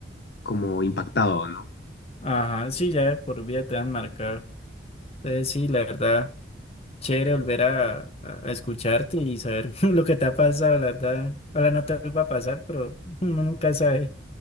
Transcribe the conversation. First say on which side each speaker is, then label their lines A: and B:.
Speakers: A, on the left; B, on the left.
A: como impactado, ¿no?
B: Ajá, sí, ya de por vida te han marcado. Entonces sí, la verdad. Chévere volver a, a- a escucharte y saber <laughs> lo que te ha pasado, la verdad. Ahora no te vuelva a pasar, pero <laughs> uno nunca sabe.